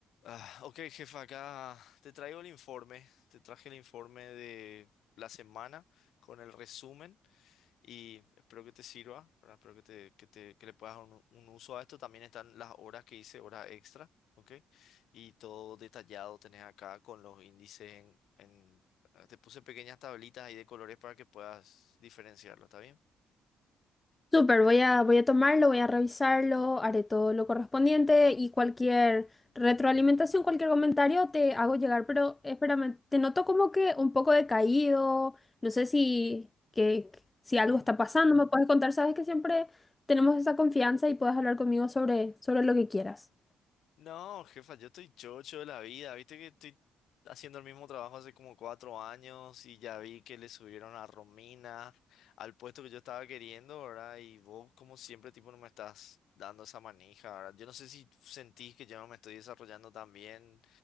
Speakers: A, on the left; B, on the left.
A: Ah, ok, jefa, acá te traigo el informe. Te traje el informe de la semana con el resumen y espero que te sirva, ¿verdad? Espero que, te, que, te- que le puedas dar un, un uso a esto. También están las horas que hice, horas extra, ¿ok? Y todo detallado tenés acá con los índices en... en- ah, Te puse pequeñas tablitas ahí de colores para que puedas diferenciarlo, ¿está bien?
B: Súper, voy a, voy a tomarlo, voy a revisarlo, haré todo lo correspondiente y cualquier retroalimentación, cualquier comentario te hago llegar, pero espérame, te noto como que un poco decaído, no sé si, que, si algo
A: No,
B: está pasando, me puedes contar, sabes que siempre tenemos esa confianza y puedes hablar conmigo sobre, sobre lo que quieras.
A: No, jefa, yo estoy chocho de la vida. Viste que estoy haciendo el mismo trabajo hace como cuatro años y ya vi que le subieron a Romina al puesto que yo estaba queriendo, ¿verdad? Y vos, como siempre, tipo, no me estás dando esa manija, ¿verdad? Yo no sé si sentís que yo no me estoy desarrollando tan bien